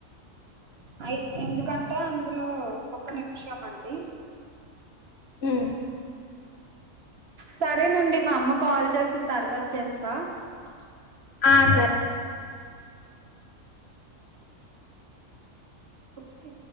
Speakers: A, on the right; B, on the left.
A: అయి ఎందుకంటే అందులో ఒక నిమిషం అండి
B: హ్మ్
A: సరేనండి మా అమ్మ కాల్ చేసింది తర్వాత చేస్తా
B: ఆ సరే
A: ఒకే